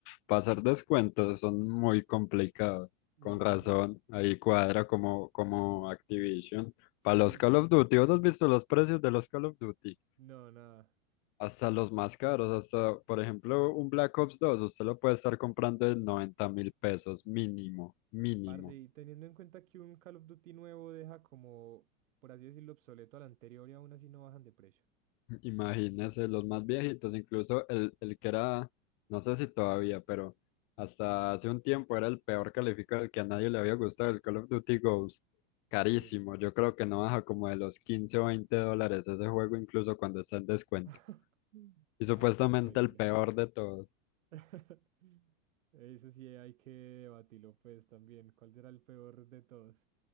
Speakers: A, on the left; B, on the right.
A: pasar descuentos son muy complicados.
B: Ujú,
A: Con razón, ahí cuadra como, como Activision.
B: Sí,
A: Para los Call of Duty, ¿vos has visto los precios de los Call of Duty?
B: no, nada.
A: Hasta los más caros, hasta, por ejemplo, un Black Ops 2 usted lo puede estar comprando en noventa mil pesos, mínimo, mínimo.
B: Parce, y teniendo en cuenta que un Call of Duty nuevo deja como, por así decirlo, obsoleto al anterior y aún así no bajan de precio.
A: <laughs> Imagínese, los más viejitos, incluso el, el que era, no sé si todavía, pero hasta hace un tiempo era el peor calificado, el que a nadie le había gustado, el Call of Duty Ghost. Carísimo,
B: Sí.
A: yo creo que no baja como de los 15 o 20 dólares ese juego, incluso cuando está en descuento.
B: <laughs> Mm.
A: Y
B: Parce,
A: supuestamente
B: increíble.
A: el peor de todos. <laughs>
B: <laughs> Eso sí hay que debatirlo, pues, también. ¿Cuál será el peor de todos?